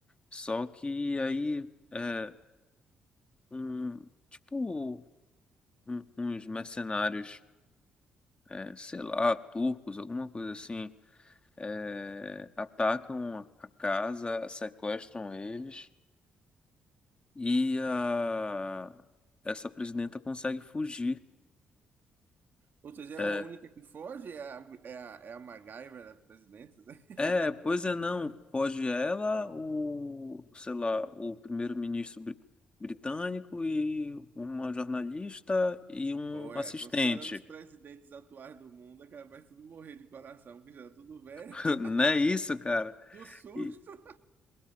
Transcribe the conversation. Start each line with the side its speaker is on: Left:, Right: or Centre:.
Left: Só que aí, é, um, tipo, um- uns mercenários, é, sei lá, turcos, alguma coisa assim é, atacam a casa, sequestram eles e a, essa presidenta consegue fugir.
Right: Ou seja, ela
Left: É,
Right: é a única que foge? É a, é a, é a MacGyver, né? Presidente, né? <laughs>
Left: é, pois é, não, foge ela, o, sei lá, o primeiro-ministro bri- britânico e uma jornalista e um
Right: Pô, é,
Left: assistente.
Right: considerando os presidentes atuais do mundo, é capaz de tudo morrer de coração, porque já tá tudo velho,
Left: <laughs>
Right: <laughs>
Left: Não é isso, cara?
Right: do susto.
Left: E,